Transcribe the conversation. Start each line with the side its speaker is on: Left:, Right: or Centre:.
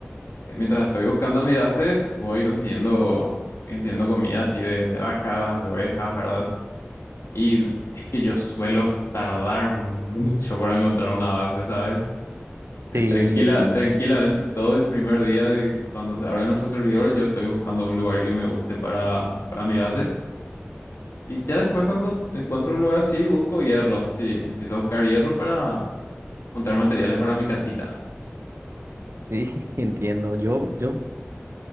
Left: eh, mientras estoy buscando mi base, voy consiguiendo, consiguiendo comida así de, de vacas, de ovejas, ¿verdad? Y es que yo suelo tardar mucho para encontrar una base, ¿sabes? Eh,
Right: Sí,
Left: tranquila,
Right: entiendo.
Left: tranquilamente todo el primer día de cuando se abre nuestro servidor, yo estoy buscando un lugar que me guste para, para mi base. Y ya después cuando encuentro un lugar así, busco hierro, sí, empiezo a buscar hierro para juntar materiales para mi casita.
Right: Sí, <laughs> entiendo. Yo, yo,